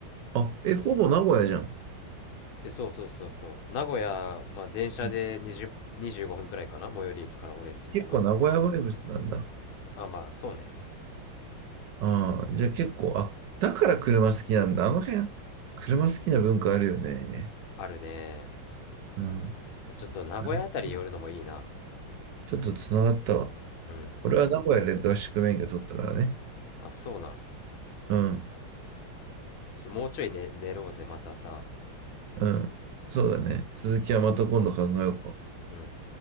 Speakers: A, on the right; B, on the left.
A: あ、え、ほぼ名古屋じゃん。
B: え、そうそうそうそう。名古屋、まあ、電車で20、
A: うん
B: 25分くらいかな。最寄り駅からオレンジ。
A: 結構名古屋バイブスなんだ。
B: あ、あ、まあ、そうね。
A: ああ、じゃあ結構、あ、だから車好きなんだ。あの辺、車好きな文化あるよね。
B: あるね。
A: うん。
B: ちょっと名古屋あたり寄るのもいいな。
A: なるほどちょっとつながったわ。
B: うん。
A: 俺は名古屋で合宿免許取ったからね。
B: あ、そうなん。
A: うん、
B: ちょもうちょい寝、寝ろうぜ、またさ。
A: うん。そうだね。続きはまた今度考えようか。
B: うん。